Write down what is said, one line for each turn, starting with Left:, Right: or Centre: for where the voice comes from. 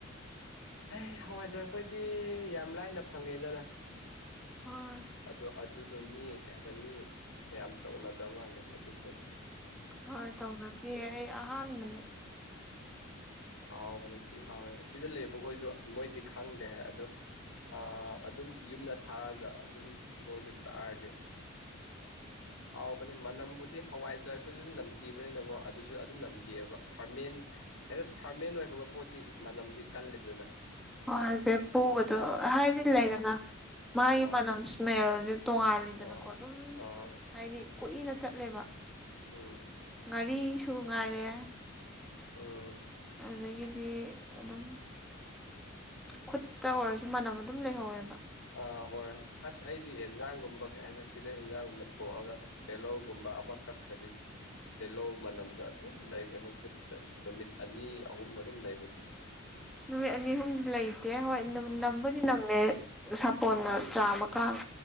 Left: ꯍ ꯍꯋꯥꯏꯖꯔꯈꯣꯏꯗꯤ ꯌꯥꯝ ꯂꯥꯏꯅ ꯐꯪꯉꯦꯗꯅ
Centre: ꯍꯣꯏ
Left: ꯑꯗꯣ ꯑꯗꯨꯗꯣ ꯃꯤ ꯀꯩ ꯍꯥꯏꯇꯥꯔꯦ ꯃꯤ ꯌꯥꯝ ꯇꯧꯅꯗꯕ ꯃꯥꯜꯂꯦ ꯑꯗꯨ ꯈꯣꯏꯗ
Centre: ꯍꯣꯏ ꯇꯧꯅꯗ ꯑꯩ ꯑꯍꯥꯟꯕꯅꯦ
Left: ꯍꯥꯎꯕꯅꯤ ꯅꯤꯡꯊꯤ ꯍꯥꯎꯕꯅꯤ ꯁꯤꯗ ꯂꯩꯕꯈꯣꯏꯁꯨ ꯃꯣꯏꯗꯤ ꯈꯪꯗ꯭ꯔꯦ ꯍꯥꯏ ꯑꯗꯣ ꯑ ꯑꯗꯨꯝ ꯌꯨꯝꯗ ꯊꯥꯔꯒ ꯑꯗꯨꯝ ꯃꯣꯏꯁꯨ ꯆꯥꯔꯗꯤ <inaudible> ꯍꯥꯎꯕꯅꯦ ꯃꯅꯝꯕꯨꯗꯤ ꯍꯋꯥꯏꯖꯥꯔꯁꯨ ꯑꯗꯨꯝ ꯅꯝꯊꯤꯕꯅꯤꯅꯀꯣ ꯑꯗꯨꯁꯨ ꯑꯗꯨꯝ ꯅꯝꯊꯤꯑꯕ ꯐꯥꯔꯃꯦꯟ ꯍꯦꯛꯇ ꯐꯥꯔꯃꯦꯟ ꯑꯣꯏꯈ꯭ꯔꯕ ꯄꯣꯠꯇꯤ ꯃꯅꯝꯗꯤ ꯀꯜꯂꯤꯗꯅ
Centre: ꯍꯣꯏ ꯕꯦꯝꯕꯨꯒꯗꯣ ꯍꯥꯏꯗꯤ
Left: ꯑꯥ
Centre: ꯂꯩꯗꯅ ꯃꯥꯒꯤ
Left: ꯑꯥ
Centre: ꯃꯅꯝ ꯏꯁꯃꯦꯜꯁ ꯇꯣꯡꯉꯥꯂꯗꯅꯀꯣ
Left: ꯑꯥ
Centre: ꯑꯗꯨꯝ
Left: ꯑꯥ
Centre: ꯍꯥꯏꯗꯤ ꯀꯨꯏꯅ ꯆꯠꯂꯦꯕ
Left: ꯎꯝ
Centre: ꯉꯥꯔꯤꯁꯨ ꯉꯥꯏꯔꯦ
Left: ꯑꯣ
Centre: ꯑꯗꯨꯗꯒꯤꯗꯤ ꯑꯗꯨꯝ ꯈꯨꯠꯇ ꯑꯣꯏꯔꯁꯨ ꯃꯅꯝ ꯑꯗꯨꯝ ꯂꯩꯍꯧꯋꯦꯕ
Left: ꯑꯥ ꯍꯣꯏ ꯑꯁ ꯑꯩꯗꯤ ꯌꯦꯟꯖꯥꯡꯒꯨꯝꯕ ꯀꯩ ꯍꯥꯏꯇꯥꯔꯦ ꯁꯤꯗ ꯑꯦꯟꯖꯥꯡꯒꯨꯝꯕ ꯊꯣꯡꯑꯒ ꯇꯤꯍꯧꯒꯨꯝꯕ ꯑꯃꯈꯛꯈꯗꯤ ꯇꯤꯜꯂꯧ ꯃꯅꯝꯗ ꯑꯗꯨꯝ ꯂꯩꯒꯅꯤ ꯈꯨꯠꯇ ꯅꯨꯃꯤꯠ ꯑꯅꯤ ꯑꯍꯨꯝ ꯑꯗꯨꯝ ꯂꯩꯕꯅꯤ
Centre: ꯅꯨꯃꯤꯠ ꯑꯅꯤ ꯑꯍꯨꯝꯗꯤ ꯂꯩꯇꯦ ꯍꯣꯏ ꯅꯝꯕꯨꯗꯤ ꯅꯝꯃꯦ ꯁꯥꯄꯣꯟꯅ
Left: ꯑꯥ
Centre: ꯆꯥꯝꯃ ꯀꯅ